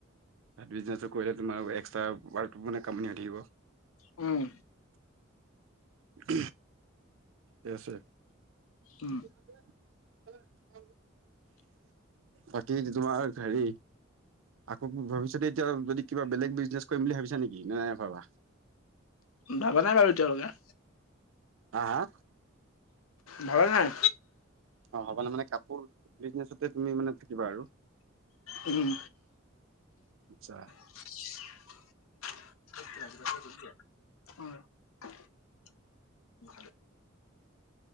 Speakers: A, on the right; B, on the left.
A: চাইত বিজনেচটো কৰিলে তোমাৰ এক্সট্ৰা মানে কামনি আহি থাকিব।
B: উম,
A: <unintelligible> থিকে আছে।
B: উম
A: <unintelligible> অঁ বাকী তোমাৰ হেৰী। আকৌ ভৱিষ্যতে এতিয়া যদি কিবা বেলেগ বিজনেছ কৰিম বুলি ভাবিছা নেকি, নাই ভবা?
B: ভাবা নাই বাৰু এতিয়ালকে।
A: হা হা?
B: ভাবা নাই।
A: অ হ'বানে মানে কাপোৰ বিজনেচতে তুমি মানে থাকিবা আৰু?
B: উম।
A: আচ্ছা।
B: <inaudible> <inaudible> <inaudible>